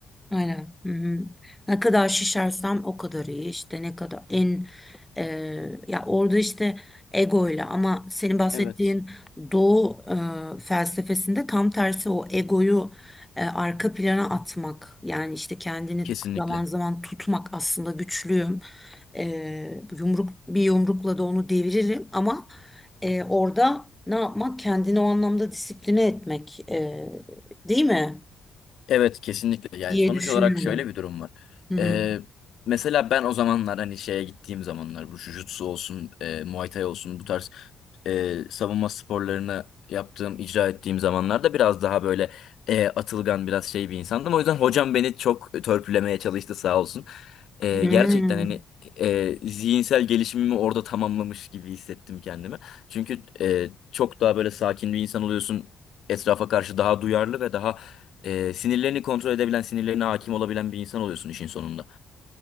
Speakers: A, in the centre; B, on the left.
A: Aynen. Hı hı. Ne kadar şişersem o kadar iyi. İşte ne kadar en e, ya orada işte egoyla ama senin bahsettiğin
B: Evet.
A: Doğu e, felsefesinde tam tersi o egoyu e, arka plana atmak. Yani işte kendini
B: Kesinlikle.
A: zaman zaman tutmak aslında güçlüyüm. E, yumruk bir yumrukla da onu deviririm ama e, orada ne yapmak? Kendini o anlamda disipline etmek e, değil mi?
B: Evet kesinlikle yani
A: diye
B: sonuç
A: düşünüyorum.
B: olarak şöyle bir durum var.
A: Hı hı.
B: Ee, mesela ben o zamanlar hani şeye gittiğim zamanlar bu jujutsu olsun, e, Muay Thai olsun bu tarz e, savunma sporlarını yaptığım, icra ettiğim zamanlarda biraz daha böyle e, atılgan biraz şey bir insandım. O yüzden hocam beni çok törpülemeye çalıştı sağ olsun. E,
A: Hmm,
B: gerçekten hani e, zihinsel gelişimimi orada tamamlamış gibi hissettim kendimi. Çünkü e, çok daha böyle sakin bir insan oluyorsun. Etrafa karşı daha duyarlı ve daha ee, sinirlerini kontrol edebilen, sinirlerine hakim olabilen bir insan oluyorsun işin sonunda.